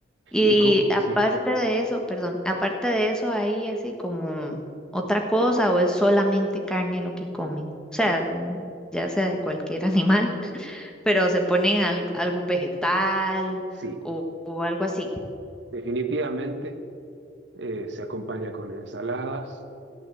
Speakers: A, in the centre; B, on the right.
A: Y
B: Y con,
A: aparte
B: sí,
A: de eso, perdón, aparte de eso, ¿hay así como otra cosa o es solamente carne lo que comen? O sea, mm, ya sea de cualquier <laughs> animal. pero se ponen al- algún vegetal
B: sí,
A: o, o algo así.
B: definitivamente eh, se acompaña con ensaladas,